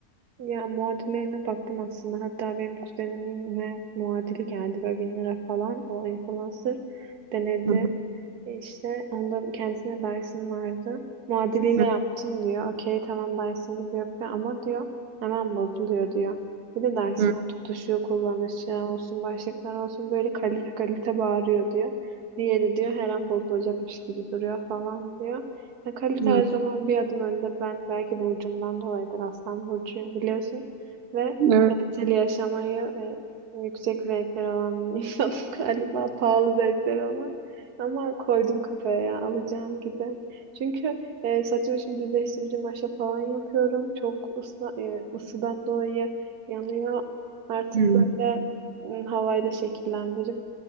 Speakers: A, on the right; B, on the right.
A: Ya muadillerine baktım aslında. Hatta benim kuzenime muadili geldi böyle bin lira falan. O influencer denedi.
B: Hı
A: E İşte ondan kendisine Dyson vardı. Muadiliyle
B: hı
A: yaptım diyor. Okey tamam Dyson gibi yapıyor ama diyor hemen bozuluyor diyor. Bir de Dyson'ın
B: hı.
A: tutuşu, kullanışı olsun, başlıklar olsun böyle kalite kalite bağırıyor diyor. Diğeri diyor her an bozulacakmış gibi duruyor falan diyor. Ya kalite
B: Hı.
A: her zaman bir adım önde. Ben belki burcumdan dolayıdır. Aslan burcuyum biliyorsun. Ve
B: Evet.
A: kaliteli yaşamayı ve yüksek zevkler olan bir insanım <laughs> galiba. Pahalı zevkler olan. Ama koydum kafaya ya alacağım gibi. Çünkü e, saçımı şimdi düzleştirici maşa falan yapıyorum. Çok ısla, e, ısıdan dolayı yanıyor. Artık
B: Hı.
A: böyle m, havayla şekillendirip